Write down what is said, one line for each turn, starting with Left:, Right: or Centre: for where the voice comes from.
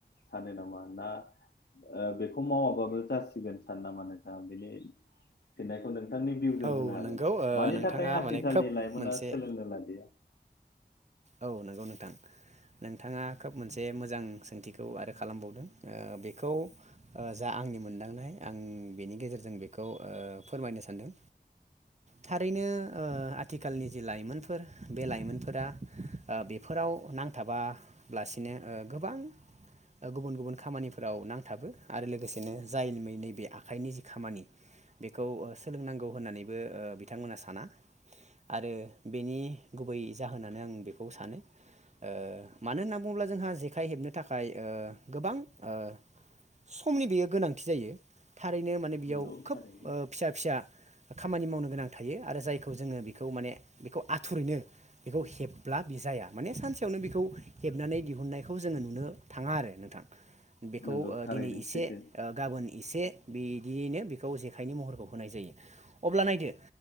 Left: सानो नामा ना ओ बेखौ मावाबाबो जासिगोन सानो नामा नोंथाङा बिनि फिननायखौ नों नोंथांनि भिउजों
Right: औ
Left: होनो हागोन
Right: नोंगौ ओ
Left: मानि
Right: नोंथाङा
Left: थाखाय आथिखालनि
Right: माने खोब
Left: लाइमोना
Right: मोनसे
Left: सोलोंनो लादिया <inaudible>
Right: औ नंगौ नोंथां नोंथाङा खोब मोनसे मोजां सोंथिखौ आरो खालामबावदों बेखौ जा आंनि मोनदांनाय आं बेनि गेजेरजों बेखौ ओ फोरमायनो सानदों थारैनो ओ आथिखालनि जि लाइमोनफोर बे लाइमोनफोरा ओ बेफोराव नांथाबालासिनो ओ गोबां गुबुन गुबुन खामानिफोराव नांथाबो आरो लोगोसेनो जायै नैबे आखाइनि जि खामानि बेखौ सोलोंनांगौ होननानैबो बिथांमोना साना आरो बेनि गुबै जाहोनानो आं बेखौ सानो ओ मानो होनना बुङोब्ला जोंहा जेखाइ हेबनो थाखाय गोबां ओ समनि बेयो गोनांथि जायो। थारैनो माने बेयाव
Left: नंगौ
Right: खोब
Left: थारैनो
Right: ओ फिसा फिसा खामानि मावनो गोनां थायो आरो जायखौ जोङो बेखौ माने बेखौ आथुरैनो बेखौ हेब ब्ला बि जाया माने सानसेयावनो बिखौ हेबनानै दिहुननायखौ जोङो नुनो थाङा आरो नोंथां बेखौ
Left: नंगौ
Right: ओ
Left: थारैनो
Right: दिनै एसे
Left: सैथो
Right: ओ गाबोन एसे बिदियैनो बेखौ जेखाइनि महरखौ होनाय जायो अब्ला नायदो